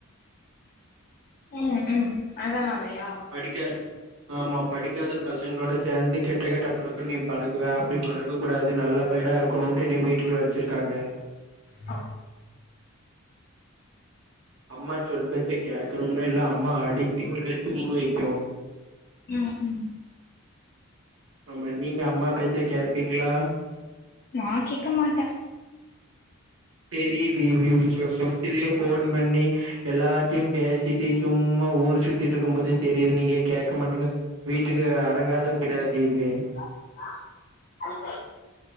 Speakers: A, on the left; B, on the right.
A: ம் ம் அதானாலயா
B: அடிக்காரு ஆமா படிக்காத பசங்களோட சேந்து கெட்ட கெட்ட பழக்கோ நீ பழகுவ அப்டி பழகக்க கூடாது நல்லா பையனா இருக்கணுன்ட்டு என்னிய வீட்டுக்குள்ள வெச்சிருக்காங்க
A: அ
B: அம்மா சொல் பேச்ச கேக்கணுமில்ல இல்ல அம்மா அடிச்சு <unintelligible> சூடு வைக்கு
A: ம் ம்
B: ஆமா நீங்க அம்மா பேச்ச கேப்பீங்களா
A: நா கேக்க மாட்டே
B: செரி <unintelligible> ஃபோன் பண்ணி எல்லார்டையு பேசிட்டு சும்மா ஊர் சுத்திட்டு இருக்கும்போதே தெரியிது நீங்க கேக்க மாட்ட வீட்டுக்கு அடங்காத பிடாத தீர்னு
A: <inaudible>